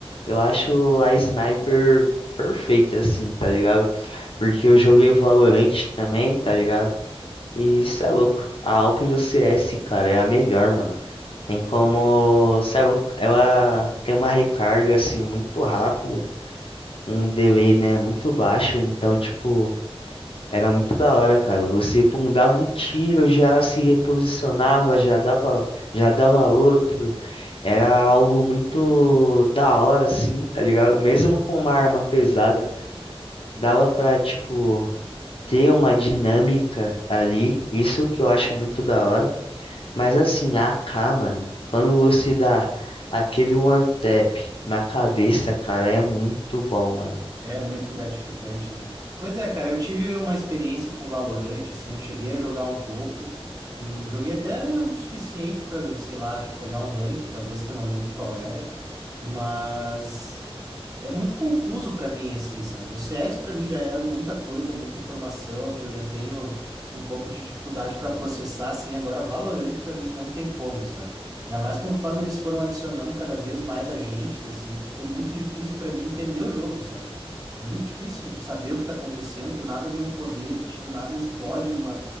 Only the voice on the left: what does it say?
eu acho a sniper perfeita, assim, tá ligado? Porque eu joguei Valorant também, tá ligado? E isso é louco. A Alp do CS, cara, é a melhor, mano. Tem como, cê é louco, ela tem uma recarga, assim, muito rápida, um delay, né, muito baixo, então, tipo. Era muito da hora, cara. Você, pum, dava um tiro, já se reposicionava, já dava, já dava outro. Era algo muito da hora, assim, tá ligado? Mesmo com uma arma pesada, dava pra, tipo, ter uma dinâmica ali. Isso que eu acho muito da hora. Mas, assim, a AK, mano, quando você dá aquele one tap na cabeça, cara, é muito bom, mano.